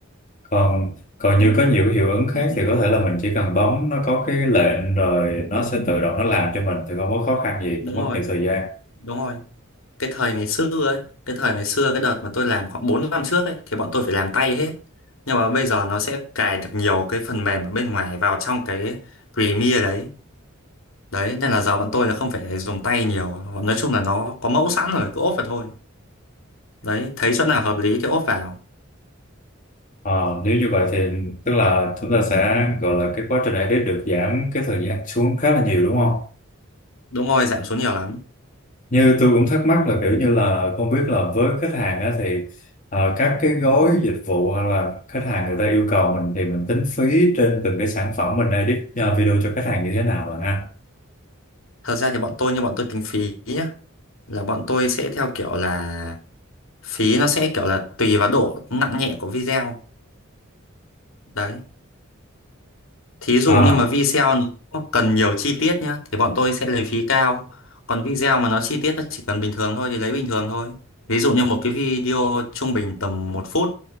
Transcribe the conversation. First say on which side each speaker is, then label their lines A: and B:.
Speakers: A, on the left; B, on the left.
A: còn còn
B: Đúng
A: như có
B: rồi,
A: nhiều hiệu ứng
B: không
A: khác
B: không
A: thì
B: phải.
A: có thể là mình chỉ cần bấm nó có cái lệnh rồi nó sẽ tự động nó làm cho mình thì không có khó khăn gì
B: Đúng
A: không mất
B: rồi,
A: nhiều thời gian
B: đúng rồi. Cái thời ngày xưa ấy, cái thời ngày xưa cái đợt mà tôi làm khoảng 4 năm trước ấy thì bọn tôi phải làm tay hết. Nhưng mà bây giờ nó sẽ cài được nhiều cái phần mềm ở bên ngoài vào trong cái Premiere đấy. đấy nên là giáo bọn tôi là không phải dùng tay nhiều nói chung là nó có mẫu sẵn rồi cứ ốp vào thôi đấy thấy chỗ nào hợp lý thì ốp vào
A: Ờ, nếu như vậy thì tức là chúng ta sẽ gọi là cái quá trình edit được giảm cái thời gian xuống khá là nhiều đúng không
B: đúng rồi giảm xuống nhiều lắm
A: như tôi cũng thắc mắc là kiểu như là không biết là với khách hàng á thì ờ, các cái gói dịch vụ hoặc là khách hàng người ta yêu cầu mình thì mình tính phí trên từng cái sản phẩm mình edit ờ, video cho khách hàng như thế nào bạn ha
B: thật ra thì bọn tôi như bọn tôi tính phí nhá là bọn tôi sẽ theo kiểu là phí nó sẽ kiểu là tùy vào độ nặng nhẹ của video đấy Thí dụ
A: À,
B: như mà video nó cần nhiều chi tiết nhá thì bọn tôi sẽ lấy phí cao. Còn video mà nó chi tiết nó chỉ cần bình thường thôi thì lấy bình thường thôi. Ví dụ như một cái video trung bình tầm một phút